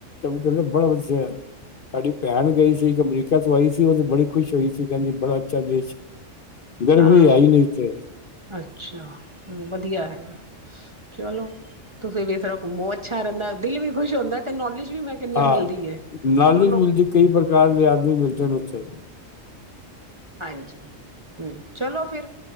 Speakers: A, on the left; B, on the right.
A: ਬੜਾ ਵਧੀਆ ਏ ਸਾਡੀ ਭੈਣ ਗਈ ਸੀ ਇੱਕ ਅਮਰੀਕਾ ਤੋਂ ਆਈ ਸੀ ਓ ਤੇ ਬੜੀ ਖੁਸ਼ ਹੋਈ ਸੀ ਕਹਿੰਦੀ ਬੜਾ ਅੱਛਾ ਦੇਸ਼। ਗਰਡ
B: ਹਾਂ
A: ਵੀ ਆਈ ਨੀਚੇ
B: ਅੱਛਾ ਵਧੀਆ ਏ ਚਲੋ। ਤੁਸੀਂ ਵੀ ਤਰ੍ਹਾਂ ਘੁੰਮੋ ਅੱਛਾ ਰੈਂਦਾ ਦਿਲ ਵੀ ਖੁਸ਼ ਹੁੰਦੈ ਤੇ ਨੌਲੇਜ ਵੀ ਮੈਂ ਕੈਨੀ
A: ਹਾਂ
B: ਆ ਮਿਲਦੀ ਏ
A: ਨੌਲੇਜ
B: ਦੋਨੋ
A: ਮਿਲਦੀ ਕਈ ਪ੍ਰਕਾਰ ਦੇ ਆਦਮੀ ਮਿਲਦੇ ਨੇ ਉੱਥੇ।
B: ਹਾਂਜੀ ਹੂੰ ਚਲੋ ਫਿਰ।